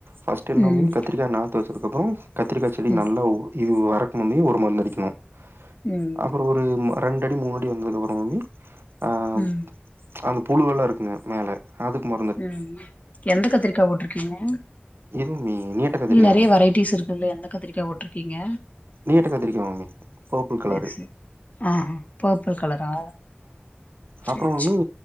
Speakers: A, on the right; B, on the left.
A: பஸ்ட என்னோ
B: ம்
A: கத்திரிக்கா நாத்து அதுக்கப்புறம் கத்திரி செடி
B: ம்
A: நல்லா இது வறக்கும் முன்னையே ஒரு மருந்தடிக்கணும்
B: ம்
A: <unintelligible> அப்பறோ ஒரு ரெண்டு அடி மூணடி வந்ததுக்கப்றோ மாமி ஆஹ்
B: ம்
A: அனுப் புழுவெல்லா இருக்குங்க மேல அதுக்கு மட்
B: உம் எந்த கத்திரிக்கா போட்ருக்கீங்க
A: இது மாமி நீட்ட கத்திரிக்காங்க
B: இல்ல நெறைய வெரைட்டிஸ் இருக்குல்ல எந்த கத்திரிக்கா போட்ருக்கீங்க
A: நீட்ட கத்திரிக்கா மாமி பர்பிள் கலரு
B: செரி செரி ஆஹ் ஆஹ் பப்பிள் கலரா சேரி
A: அப்பறோ
B: சேரி
A: மாமி